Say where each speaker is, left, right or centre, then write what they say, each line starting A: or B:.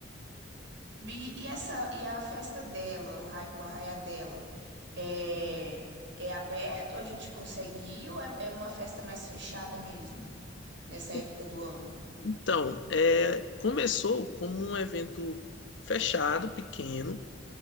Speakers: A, on the right; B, on the left.
A: E, e essa, e a festa dela, o, ra- o arraiá dela, é, é aberto? A gente consegue ir ou é, é uma festa mais fechada mesmo, nessa época
B: E-
A: do ano?
B: Então, é, começou como um evento fechado, pequeno